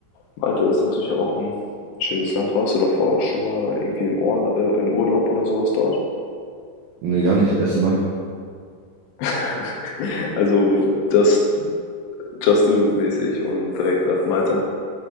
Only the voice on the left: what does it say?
Malta ist natürlich auch ein schönes Land. Warst du davor schon mal irgendwie im, Orla äh, im Urlaub oder sowas dort?
<laughs> Also just, just do it mäßig und direkt nach Malta.